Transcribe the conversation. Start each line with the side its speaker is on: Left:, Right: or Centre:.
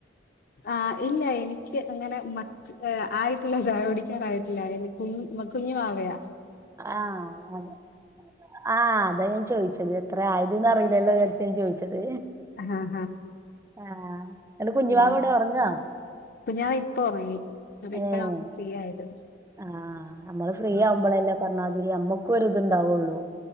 Left: ആഹ് ഇല്ല എനിക്ക് അങ്ങനെ മ ഏ ആയിട്ടില്ല ചായകുടിക്കാറായിട്ടില്ല എ കു കുഞ്ഞുവാവയാ
Right: ആഹ് അതെ ആഹ് അതാ ഞാൻ ചോയിച്ചത് എത്ര ആയത് ന്ന് അറീലല്ലോ വിചാരിച്ചു ഞാൻ ചോദിച്ചത്
Left: ആഹ്
Right: ആഹ് ഇങ്ങട്ട് കുഞ്ഞുവാവ
Left: ആഹ്
Right: എവിടെ ഒറങ്ങ?
Left: കുഞ്ഞാവ ഇപ്പൊറങ്ങി അപ്പൊ ഇപ്പഴ
Right: ഏഹ്
Left: ഒന്ന് ഫ്രീ ആയത്
Right: ആഹ് അമ്മള് ഫ്രീ
Left: ആഹ്
Right: ആവുമ്പളല്ലേ ഇപറഞ്ഞാതിരി നമ്മക്കും ഒര് ഇതുണ്ടാവൊള്ളു